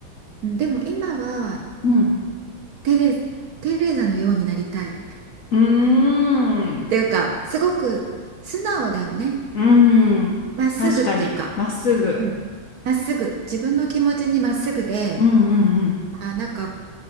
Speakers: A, on the right; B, on the left.
A: うんでも今は
B: うん。
A: テレ、テレザのようになりたい <laughs> っ
B: うーん。
A: ていうかすごく素直だよね
B: うーん。
A: まっすぐっていうか
B: 確かに、まっすぐ。
A: うんまっすぐ自分の気持ちにまっすぐで
B: うんうん
A: あなんか